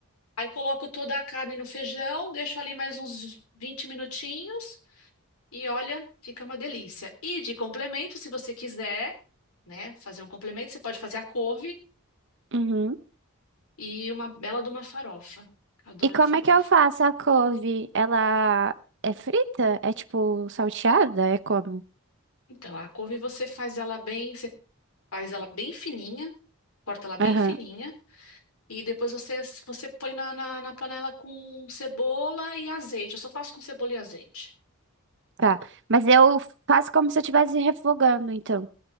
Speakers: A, on the left; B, on the right.
A: Aí coloco toda a carne no feijão, deixo ali mais uns 20 minutinhos e olha, fica uma delícia. E de complemento, se você quiser, né, fazer um complemento, você pode fazer a couve
B: Uhum.
A: e uma bela de uma farofa. Adoro
B: E como
A: farofa.
B: é que eu faço a couve? Ela é frita? É tipo salteada? É como?
A: Então, a couve você faz ela bem, você faz ela bem fininha, corta ela bem
B: Aham,
A: fininha e depois você, você põe na, na, na panela com cebola e azeite. Eu só faço com cebola e azeite.
B: tá. Mas eu faço como se eu estivesse refogando, então.